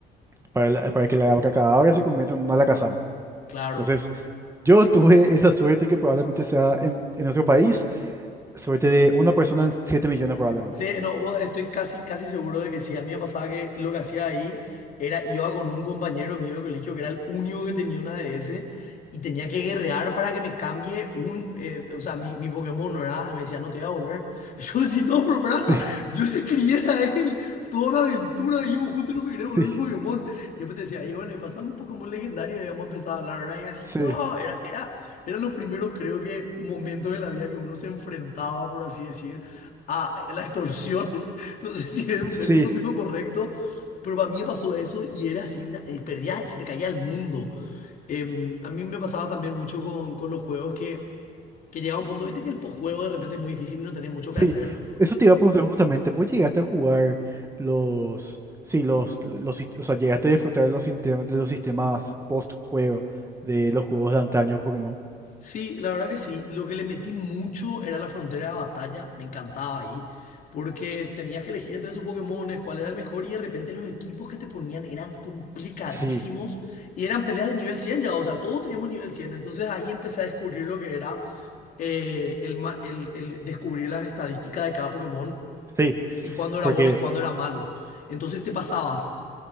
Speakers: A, on the right; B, on the left.
A: para, la- para que la Abracadabra se convierta en una Alakazam.
B: Claro.
A: Entonces, yo tuve esa suerte que probablemente sea en, en nuestro país, suerte de una persona en 7 millones probablemente.
B: Sí, no, vos- estoy casi, casi seguro de que sí. A mí me pasaba que lo que hacía ahí era iba con un compañero mío de colegio que era el único que tenía una DS y tenía que guerrear para que me cambie un, eh, o sea, mi, mi Pokémon no era, me decía, no te voy a volver. <laughs> Yo decía, no, pero pará,
A: Sí,
B: yo le crié a él toda una aventura, vivimos juntos y no
A: <laughs>
B: me quería volver
A: sí,
B: mi Pokémon. Y después te decía, y bueno, y pasame un Pokémon legendario y vamos a empezar a hablar, ¿verdad? Y así,
A: sí,
B: no, era, era. Era lo primero, creo que, momentos de la vida que uno se enfrentaba, por así decir, a la extorsión. <laughs> No sé si es un
A: sí,
B: término medio correcto, pero para mí me pasó eso y era así, una, eh, perdía, se te caía el mundo. Em, a mí me pasaba también mucho con, con los juegos que, que llegaba un punto, viste que el posjuego de repente es muy difícil y no tenés mucho
A: sí.
B: que hacer.
A: Eso te iba a preguntar justamente, ¿vos llegaste a jugar los, sí, los, los, sist- o sea, llegaste a disfrutar los, sintem- de los sistemas post-juego de los juegos de antaño Pokémon?
B: Sí, la verdad que sí. Lo que le metí mucho era la frontera de batalla. Me encantaba ahí. Porque tenías que elegir entre tus Pokémones cuál era el mejor y de repente los equipos que te ponían eran complicadísimos
A: Sí,
B: y eran peleas de nivel 100 ya. O sea, todos teníamos nivel 100. Entonces ahí empecé a descubrir lo que era eh, el, ma- el, el descubrir las estadísticas de cada Pokémon
A: sí,
B: y cuándo era
A: porque,
B: bueno y cuándo era malo. Entonces te pasabas